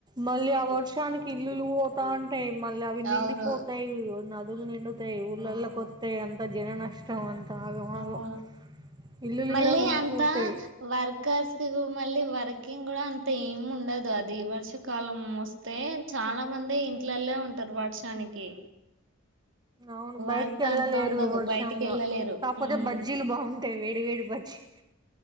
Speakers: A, on the right; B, on the right.
A: మళ్ళీ ఆ వర్షానికి ఇల్లులు పోతాంట యి మళ్ళీ అవి నిండిపోతాయి
B: అవును
A: అల్ నిండుతాయి ఊర్లకి కొత్త అంత జన నష్టం అంత ఆగమాగం
B: అవును
A: ఇల్లులు
B: మళ్ళీ
A: కూడా కూలిపోతాయి
B: అంతా వర్కర్స్కి మళ్ళీ వర్కింగ్ కూడా అంత ఏం ఉండదు అది వర్షాకాలం వస్తే చాలా మంది ఇంట్లల్లో ఉంటారు వర్షానికి
A: అవును
B: వర్క్
A: బయటికి వెళ్ళలేరు
B: అంత ఉండదు
A: వర్షంలో
B: బయటికి వెళ్ళలేరు
A: కాకపోతే
B: ఉమ్
A: బజ్జీలు బాగుంటాయి వేడి వేడి బజ్జీ